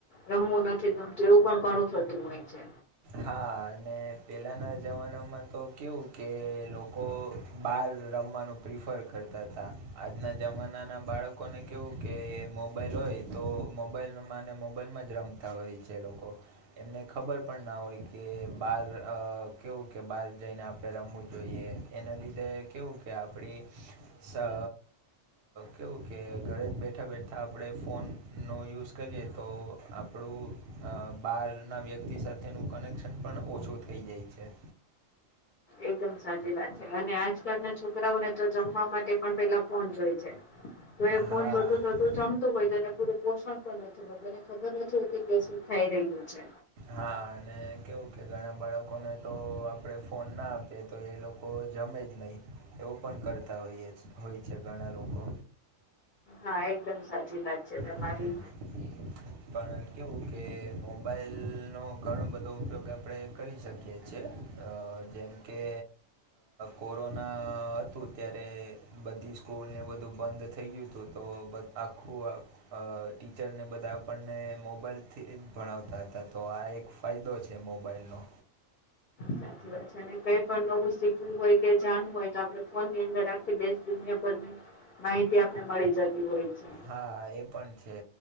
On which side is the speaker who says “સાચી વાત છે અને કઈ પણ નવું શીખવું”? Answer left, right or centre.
Left